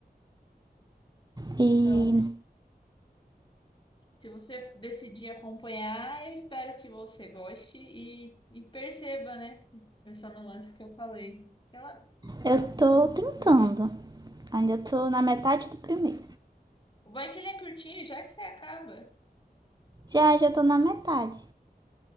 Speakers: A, on the right (about 25°); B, on the left (about 30°).
A: E
B: Então, se você decidir acompanhar, eu espero que você goste e, e perceba, né? Essa nuance que eu falei. Ela,
A: eu estou tentando. Ainda estou na metade do primeiro.
B: o bom é que ele é curtinho, já que você acaba.
A: Já, já estou na metade.